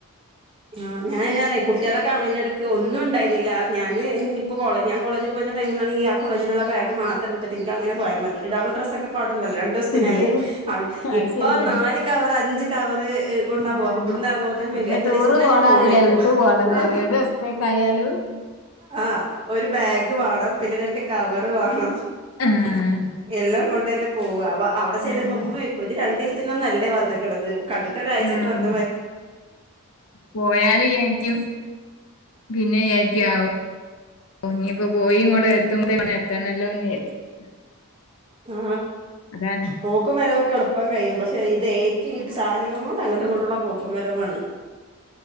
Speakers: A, on the right (about 25°); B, on the left (about 65°).
A: ആ ഞാൻ <unintelligible> കുട്ടിയേളൊക്കെ അവ്‌ണെയ്ൻ്റെടക്ക് ഒന്നുണ്ടായ്ന്നില ഞാന് ഇഞ്ഞി പ്പൊ കോളെ ഞാൻ കോളേജി പോയീന്ന ടൈമ്‌ലാണെങ്കി ആ കോളേജിലുള്ള ബാഗ് മാത്രട്ത്ത്ട്ട് ഇൻക്ക് അങ്ങനെ പോയാ മതി ഇടാള്ള ഡ്രസ്സൊക്ക് ഒക്കവ്ടണ്ടല്ലോ രണ്ടുസ്ത്തിനല്ലേ
B: ഇത്
A: അവ്
B: അത്
A: ഇപ്പൊ
B: ശരിയാണ്
A: നാല് കവർ അഞ്ച് കവറ് ഹ് കൊണ്ട
B: ആഹ്
A: പോവ അപ്പം വിട്ന്ന് അറങ്ങുമ്പത്തെന്നെ വെയ്കു
B: ഇപ്പൊ
A: എത്രീസത്തിന
B: ടൂറ് പോണാതിരിയാ
A: ജ് പോണോയ്ക്കൊ
B: വീട്ടു പോണത്
A: ആ
B: അറിയ ഒരു ദിവസത്തേക്ക് ആയാലും
A: ആ അ ആ ഒരു ബാഗ് ഗ് വാണം പിന്നെ രണ്ട് കവറ് വാണം
B: ആഹ്
A: എല്ലാം കൊണ്ടെന്നെ പോവാ വ അ അവ്ടെ ചെല്ലുമ്പോ
B: ആഹ്
A: മ്മൊയ്ക്കു ജ് രണ്ടീസ്തിന്നൊന്നു അല്ലേ വന്ന്ക്ക്ണത് കണ്ടിട്ട് ഒരാഴ്ചൊക്കെ
B: ആഹ്
A: വ
B: പോയാല് യാര്ക്കു പിന്നെ യാര്ക്കു അ ഓ ഒ ഞിപ്പോ പോയി ങ്ങോട്ട് എത്തും എത്തെണെല്ലോ ന്ന് <unintelligible> <inaudible>
A: ആ
B: അതാണ്
A: പോക്കും വരവൊക്കെ എളുപ്പം കയും പഷ് എ ഇത് ഏറ്റീട്ട് സാനങ്ങളോണ്ട് അങ്ങട്ടുങ്ങട്ടുള്ള പോക്കും വരവു ആണ്